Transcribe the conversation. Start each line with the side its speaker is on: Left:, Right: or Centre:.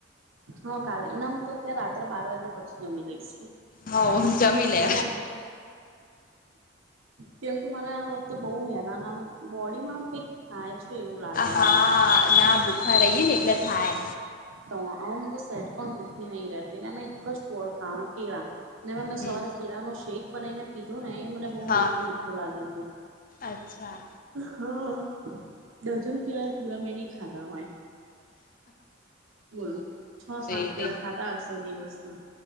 Right: હા કાલે ના હું તો અત્યારે રાત્રે બાર વાગ્યા પછી જમી લઈશ.
Left: હ જમી લે
Right: કેમ કે કેમ કે મને આ વખતે બહુ હેરાન આમ બોડીમાં આમ કઈક થાય છે. એવું લાગે
Left: હા
Right: આમ
Left: ના ભૂખા રહીએે ને એટલે થાય.
Right: તો હ હું તો સેટ પણ ભૂખી નહી રહેતી અમે એક જ ફળ ખાવાનું કેળા નેવે મેં
Left: હમ
Right: સવારે કેળાનોો શેક બનાવીને પીધો ને એ મને બહુ
Left: હા
Right: મીઠો મીઠો લાગી ગું
Left: અચ્છા
Right: હા ડઝન કેરાએ પૂરા મે ન ખાધા હો બોલો છ સાત
Left: રે
Right: કેળ
Left: રે
Right: ખાતા હશે દિવસ ના